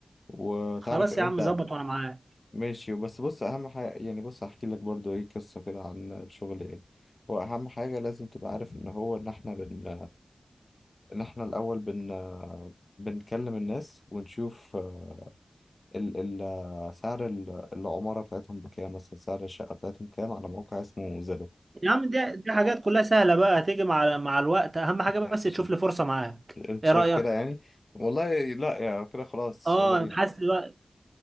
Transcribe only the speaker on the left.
وتعرف
امتى
ماشي بس بص اهم حاجه يعني بص هحكي لك برضو ايه قصه كده عن الشغل يعني هو اهم حاجه لازم تبقى عارف ان هو ان احنا بن ان احنا الاول بن بنكلم الناس ونشوف آه، ال ال سعر ال- العماره بتاعتهم بكام مثلا سعر الشقه بتاعتهم كام على موقع اسمه زيلو
انت
شايف
انت
شايف
كده يعني والله لا يا كده خلاص
يلا بينا